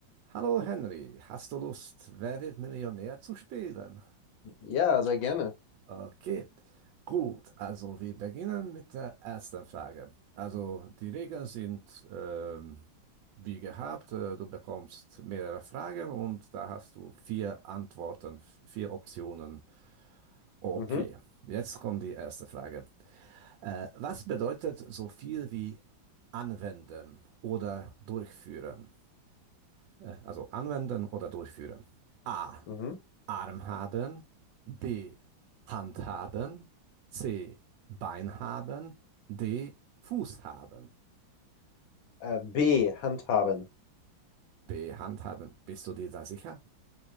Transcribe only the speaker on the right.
Hallo Henry, hast du Lust, Wer wird Millionär zu spielen?
Okay, gut, also wir beginnen mit der ersten Frage. Also die Regeln sind ähm, wie gehabt, äh, du bekommst mehrere Fragen und da hast du vier Antworten, f- vier Optionen. Okay,
jetzt kommt die erste Frage. Äh, was bedeutet so viel wie anwenden oder durchführen? Äh, also anwenden oder durchführen. A.
Arm haben, B. Hand haben, C. Bein haben, D. Fuß haben.
B. Hand haben. Bist du dir da sicher?